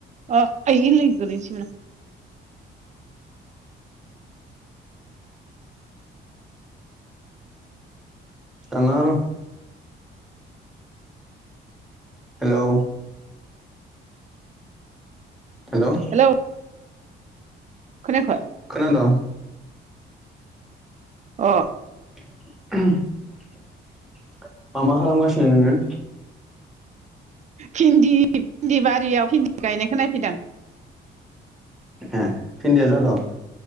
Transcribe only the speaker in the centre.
दान नाङा र हेलौ। हेल'।
खोनादों।
<unintelligible> मा मा खालामगासिनो नोङो?
ए‌ भिन्दिया‌ जादो